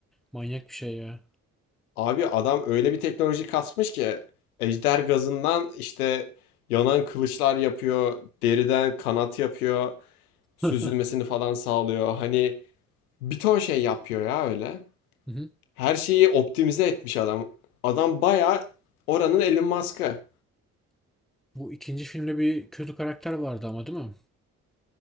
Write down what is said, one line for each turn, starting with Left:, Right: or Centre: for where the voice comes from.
Centre: Manyak bir şey ya.
Left: Abi adam öyle bir teknoloji kasmış ki ejder gazından işte yanan kılıçlar yapıyor, deriden kanat yapıyor, süzülmesini
Centre: <laughs>
Left: falan sağlıyor. Hani bir ton şey yapıyor ya öyle.
Centre: Hı hı.
Left: Her şeyi optimize etmiş adam. Adam bayağı oranın Elon Musk'ı.
Centre: Bu ikinci filmde bir kötü karakter vardı ama değil mi?